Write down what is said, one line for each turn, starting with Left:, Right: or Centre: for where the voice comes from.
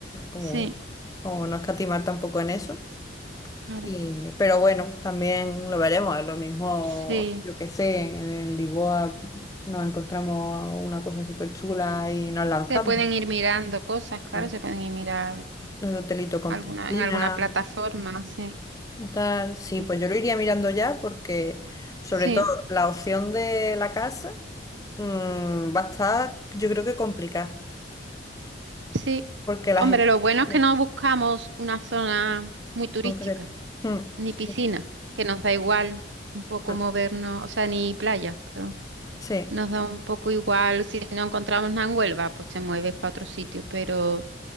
Left: como,
Right: sí,
Left: como no escatimar tampoco en eso.
Right: claro,
Left: Y, pero bueno, también lo veremos, es lo mismo,
Right: sí.
Left: yo qué sé, en Lisboa nos encontramos una cosa súper chula y nos lanzamos.
Right: Se pueden ir mirando cosas, claro,
Left: Hmm.
Right: se pueden ir mirar
Left: Un hotelito con
Right: alguna,
Left: piscina,
Right: en alguna plataforma, sí.
Left: o tal. Sí,
Right: Sí.
Left: pues yo lo iría mirando ya porque, sobre
Right: Sí.
Left: todo, la opción de la casa mm, va a estar, yo creo que complicada,
Right: Sí,
Left: porque la
Right: hombre,
Left: gente
Right: lo bueno es
Left: en
Right: que no buscamos una zona muy turística,
Left: concreto. Mm,
Right: ni
Left: sí,
Right: piscina, que nos da igual un poco
Left: mm,
Right: movernos, o sea, ni playa, perdón.
Left: sí,
Right: Nos da un poco igual si no encontramos nada en Huelva, pues te mueves para otro sitio, pero,